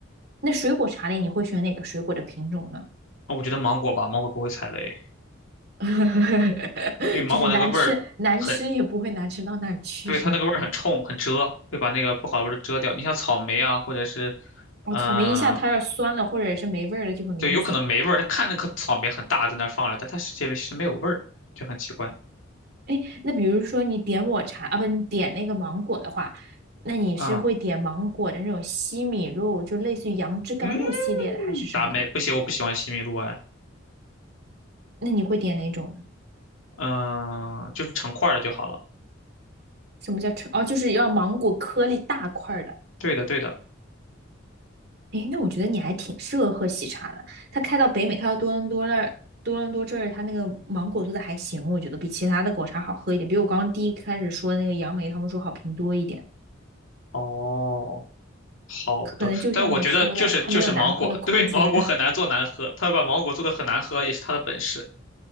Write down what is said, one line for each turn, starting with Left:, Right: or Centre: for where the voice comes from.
Right: 那水果茶里，你会选哪个水果的品种呢？
Left: 啊我觉得芒果吧，芒果不会踩雷。
Right: <laughs>
Left: 因为芒果那个味儿很，
Right: 就是难吃，难吃也不会难吃到哪儿去，
Left: 对，
Right: 是吧？
Left: 它那个味儿很冲，很遮，会把那个不好的味儿都遮掉。你像草莓啊，或者是，
Right: 哦，
Left: 嗯、
Right: 草莓一下它要是酸了或者是没味儿了就很明显。
Left: 对，有可能没味儿。它看那颗草莓很大，在那儿放着，但它实际是没有味儿，就很奇怪。
Right: 哎，那比如说你点抹茶啊，不，你点那个芒果的话，那你是会点芒果的那种西米露，
Left: 啊、
Right: 就类似于杨枝甘露系列的，
Left: 嗯，
Right: 还是什么呢？
Left: 达美不行，我不喜欢西米露哎。
Right: 那你会点哪种呢？
Left: 嗯、就是成块儿的就好了。
Right: 什么叫成？哦，就是要芒果颗粒大块儿的。
Left: 对的，对的。
Right: 哎，那我觉得你还挺适合喝喜茶的。它开到北美，开到多伦多那儿，多伦多这儿，它那个芒果做的还行，我觉得比其他的果茶好喝一点，比我刚刚第一开始说的那个杨梅，他们说好评多一点。
Left: 哦，好的。
Right: 可能就像你说的，
Left: 但我觉得就是就是芒果，
Right: 它没有难喝的空间。
Left: 对，芒果很难做难喝，它把芒果做的很难喝也是他的本事，